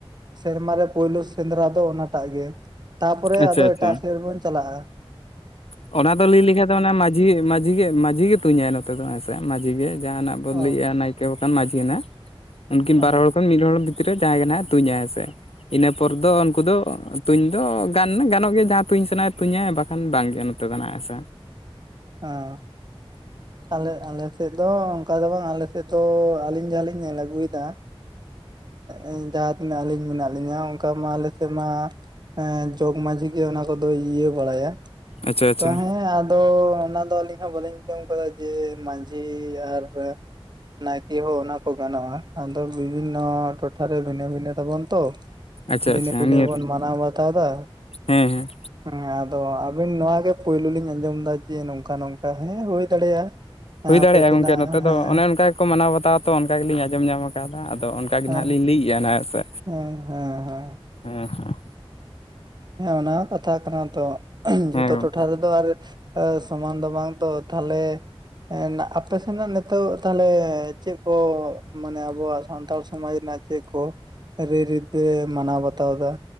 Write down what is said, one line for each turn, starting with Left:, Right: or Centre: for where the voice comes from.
Right: ᱥᱮᱨᱢᱟᱨᱮ ᱯᱳᱭᱞᱳ ᱥᱮᱸᱫᱽᱨᱟ ᱫᱚ ᱚᱱᱟᱴᱟᱜ ᱜᱮ ᱛᱟᱯᱚᱨᱮ
Left: ᱟᱪᱪᱷᱟ
Right: ᱟᱫᱚ
Left: ᱟᱪᱪᱷᱟ
Right: ᱮᱴᱟᱜ ᱥᱮᱫ ᱵᱚᱱ ᱪᱟᱞᱟᱜᱼᱟ᱾
Left: ᱚᱱᱟ ᱫᱚ ᱞᱟᱹᱭ ᱞᱮᱠᱷᱟᱡ ᱫᱚ ᱚᱱᱟ ᱢᱟᱡᱷᱤ ᱢᱟᱡᱷᱤ ᱡᱷᱤ ᱜᱮ ᱢᱟᱡᱷᱤ ᱜᱮ ᱛᱩᱧᱟᱭ ᱱᱚᱛᱮ ᱫᱚ ᱦᱮᱸᱥᱮ ᱢᱟᱹᱡᱷᱤ ᱜᱮ ᱡᱟᱦᱟᱱᱟᱜ ᱵᱚᱱ
Right: ᱚ
Left: ᱞᱟᱹᱭᱮᱜᱼᱟ ᱱᱟᱭ ᱠᱮ ᱵᱟᱠᱷᱟᱱ ᱢᱟᱹᱡᱷᱤ ᱱᱟ ᱩᱱᱠᱤᱱ
Right: ᱚ
Left: ᱵᱟᱨ ᱦᱚᱲ ᱠᱷᱚᱱ ᱢᱤᱫ ᱦᱚᱲ ᱵᱷᱤᱛᱨᱤ ᱨᱮ ᱡᱟᱦᱟᱸᱭ ᱜᱮ ᱱᱟᱦᱟᱜ ᱛᱩᱧᱟᱭ ᱦᱮᱸ ᱥᱮ᱾ ᱤᱱᱟᱹ ᱯᱚᱨ ᱫᱚ ᱩᱱᱠᱩ ᱫᱚ ᱛᱩᱧ ᱫᱚ ᱜᱟᱱ ᱜᱟᱱᱚᱜ ᱜᱮᱭᱟ ᱡᱟᱦᱟᱸ ᱛᱩᱧ ᱥᱟᱱᱟᱭᱮ ᱛᱩᱧᱟᱭ ᱵᱟᱠᱷᱟᱱ ᱵᱟᱝᱜᱮ᱾ <unintelligible> ᱦᱮ ᱥᱮ᱾
Right: ᱦᱮᱸ᱾ ᱟᱞᱮ ᱟᱞᱮ ᱥᱮᱫ ᱫᱚ ᱚᱱᱠᱟ ᱫᱚ ᱵᱟᱝ ᱟᱞᱮᱥᱮᱫ ᱫᱚ ᱟᱞᱤᱧ ᱡᱟᱦᱟᱸᱞᱤᱧ ᱧᱮᱞ ᱟᱜᱩᱭᱮᱫᱟ᱾ ᱮᱸ ᱡᱟᱦᱟᱸ ᱛᱤᱱᱟᱹᱜ ᱟᱞᱤᱧ ᱢᱮᱱᱟᱜ ᱞᱤᱧᱟ ᱚᱱᱠᱟ ᱢᱟ ᱟᱞᱮ ᱥᱮᱫ ᱢᱟ ᱮᱸ ᱡᱚᱜᱽᱢᱟᱺᱡᱷᱤ ᱜᱮ ᱚᱱᱟ ᱠᱚᱫᱚᱭ ᱤᱭᱟᱹ ᱵᱟᱲᱟᱭᱟ᱾
Left: ᱟᱪᱪᱷᱟ ᱟᱪᱪᱷᱟ
Right: ᱛᱟᱦᱮᱸ ᱟᱫᱚ ᱚᱱᱟ ᱫᱚ ᱟᱹᱞᱤᱧ ᱦᱚᱸ ᱵᱟᱹᱞᱤᱧ <unintelligible> <unintelligible> ᱡᱮ ᱢᱟᱺᱡᱷᱤ ᱟᱨ ᱱᱟᱭᱠᱮ ᱦᱚᱸ ᱚᱱᱟ ᱠᱚ ᱜᱟᱱᱚᱜᱼᱟ, ᱟᱫᱚ ᱵᱤᱵᱷᱤᱱᱱᱚ ᱴᱚᱴᱷᱟᱨᱮ ᱵᱷᱤᱱᱟᱹ ᱵᱷᱤᱱᱟᱹ ᱛᱟᱵᱚᱱ ᱛᱚ᱾
Left: ᱟᱪᱪᱷᱟ
Right: ᱵᱷᱤᱱᱟᱹ
Left: ᱟᱪᱪᱷᱟ
Right: ᱵᱷᱤᱱᱟᱹ
Left: ᱱᱤᱭᱟᱹᱛᱮ
Right: ᱵᱚᱱ ᱢᱟᱱᱟᱣ ᱵᱟᱛᱟᱣᱫᱟ᱾
Left: ᱦᱮᱸ ᱦᱮᱸ᱾
Right: ᱦᱮᱸ ᱟᱫᱚ ᱟᱵᱤᱱ ᱱᱚᱣᱟ ᱜᱮ ᱯᱩᱭᱞᱩ ᱞᱤᱧ ᱟᱸᱡᱚᱢ ᱫᱟ ᱡᱮ ᱱᱚᱝᱠᱟ ᱱᱚᱝᱠᱟ ᱦᱮᱸ, ᱦᱳᱭ᱾ ᱫᱟᱲᱮᱭᱟᱜᱼᱟ᱾ ᱦᱮᱸ
Left: ᱦᱩᱭ
Right: ᱟᱯᱮ
Left: ᱫᱟᱲᱮᱭᱟᱜᱼᱟ
Right: ᱥᱮᱱᱟᱜ
Left: ᱜᱚᱝᱠᱮ, ᱱᱚᱛᱮ
Right: ᱦᱮᱸ
Left: ᱫᱚ ᱚᱱᱮ ᱚᱱᱠᱟ ᱜᱮᱠᱚ ᱢᱟᱱᱟᱣ ᱵᱟᱛᱟᱣᱟᱛᱚ ᱚᱱᱠᱟ ᱜᱮ ᱞᱤᱧ ᱟᱸᱡᱚᱢ ᱧᱟᱢ ᱟᱠᱟᱫᱟ ᱟᱫᱚ ᱚᱱᱟ ᱠᱟᱜᱮ
Right: ᱦᱮᱸ
Left: ᱱᱟᱦᱟᱜ ᱞᱤᱧ ᱞᱟᱹᱭᱮᱜᱼᱟ ᱱᱟ ᱦᱮᱸ ᱥᱮ᱾
Right: ᱦᱮᱸ ᱦᱮᱸ ᱦᱮᱸ᱾
Left: ᱦᱮᱸ ᱦᱮᱸ᱾
Right: ᱦᱮᱸ, ᱚᱱᱟ ᱦᱚᱸ ᱠᱟᱛᱷᱟ ᱠᱟᱱᱟ ᱛᱚ ᱡᱚᱛᱚ
Left: ᱦᱮᱸ ᱜᱚᱝᱠᱮ
Right: ᱴᱚᱴᱷᱟ ᱨᱮᱫᱚ ᱟᱨ ᱥᱚᱢᱟᱱ ᱫᱚ ᱵᱟᱝ ᱛᱚ ᱛᱷᱟᱞᱮ᱾ ᱮᱸᱻ ᱟᱯᱮ ᱥᱮᱱᱟᱜ ᱱᱤᱛᱚᱜ ᱛᱟᱦᱚᱞᱮ ᱪᱮᱫ ᱠᱚ ᱢᱟᱱᱮ ᱟᱵᱚᱣᱟᱜ ᱥᱟᱱᱛᱟᱲ ᱥᱚᱢᱟᱡ ᱨᱮᱱᱟᱜ? ᱪᱮᱫ ᱠᱚ, ᱨᱟᱹᱭ ᱨᱤᱛᱮ ᱢᱟᱱᱟᱣ ᱵᱟᱛᱟᱣ ᱫᱟ?